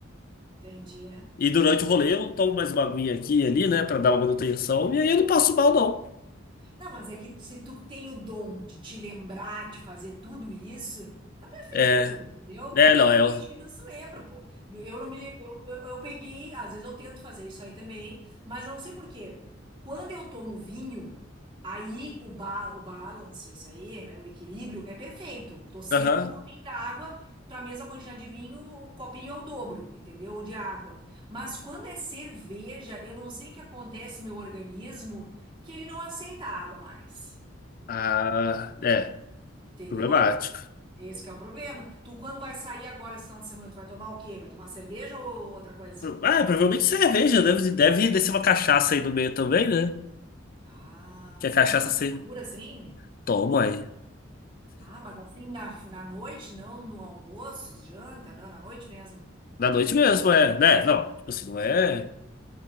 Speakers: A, on the right (about 25°); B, on the left (about 45°).
A: entendi.
B: E durante o rolê, eu tomo mais uma aguinha aqui e ali, né, pra dar uma manutenção. E aí eu não passo mal, não.
A: Não, mas é que se tu tem o dom de te lembrar de fazer tudo isso, tá perfeito,
B: É.
A: entendeu?
B: É,
A: É
B: não,
A: que tem
B: é. o-
A: gente que não se lembra, pô. Eu não me lembro, eu, eu- eu peguei, às vezes eu tento fazer isso aí também, mas eu não sei por quê. Quando eu tomo vinho, aí o, ba, o balance, isso aí, aí o equilíbrio é perfeito. Tô sempre
B: Aham.
A: com um copinho d'água, pra mesma quantidade de vinho, o copinho é o dobro, entendeu? De água. Mas quando é cerveja, eu não sei o que acontece no meu organismo que ele não aceita água mais.
B: Ah, é.
A: Entendeu?
B: Problemático.
A: Esse que é o problema. Tu, quando vai sair agora esse final de semana, tu vai tomar o quê? Vai tomar cerveja ou outra coisa?
B: Ah, provavelmente cerveja. Deve, deve descer uma cachaça aí no meio também, né?
A: Ah,
B: Que a
A: tu
B: cachaça
A: toma cachaça
B: você
A: pura assim?
B: toma aí.
A: Ah, mas assim na, na noite, não no almoço, janta, não, na noite mesmo.
B: Na noite mesmo, é. Né? Não, tipo assim, não é.